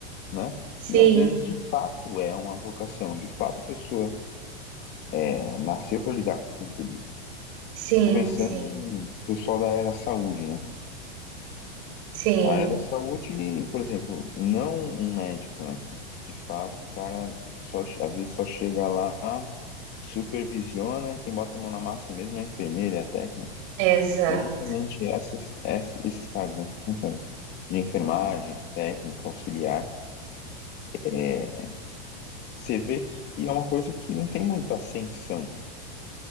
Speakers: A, on the left; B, on the right.
A: né?
B: sim,
A: E às vezes, de fato, é uma vocação, de fato a pessoa é, nasceu para lidar com o público.
B: sim,
A: Fico pensando
B: sim,
A: em pessoal da área da saúde, né?
B: sim,
A: A área da saúde, por exemplo, não um médico, né? Que de fato o cara só, às vezes só chega lá, supervisiona e quem bota a mão na massa mesmo é a enfermeira, é a técnica.
B: exato.
A: Mas justamente essas, essas, esses cargos, né? essas funções de enfermagem, técnica, auxiliar, é, você vê que é uma coisa que não tem muita ascensão